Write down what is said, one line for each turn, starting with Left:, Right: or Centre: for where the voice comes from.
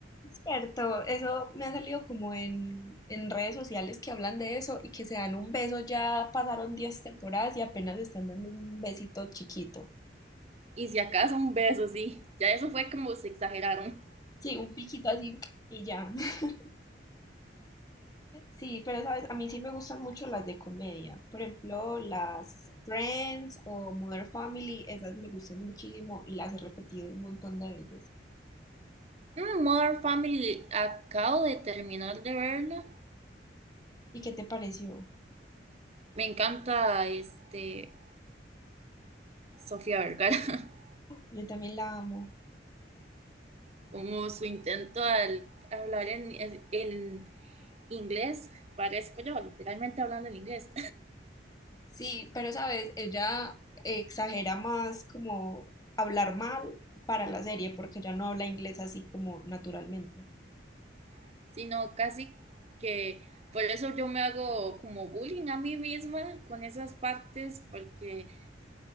Left: Cierto, eso me ha salido como en, en redes sociales que hablan de eso y que se dan un beso, ya pasaron 10 temporadas y apenas están dando un besito chiquito.
Right: Y si acaso un beso, sí. Ya eso fue como se exageraron.
Left: Sí, un piquito así y ya. <laughs> Sí, pero sabes, a mí sí me gustan mucho las de comedia. Por ejemplo, las Friends o Modern Family, esas me gustan muchísimo y las he repetido un montón de veces.
Right: Mm, Modern Family, acabo de terminar de verla.
Left: ¿Y qué te pareció?
Right: Me encanta este Sofía Vergara, <laughs>
Left: Yo también la amo.
Right: como su intento al hablar en, en- en inglés, parezco yo, literalmente hablando en inglés,
Left: Sí, pero sabes, ella exagera más como hablar mal para la serie porque ella no habla inglés así como naturalmente.
Right: <laughs> sino casi que por eso yo me hago como bullying a mí misma con esas partes, porque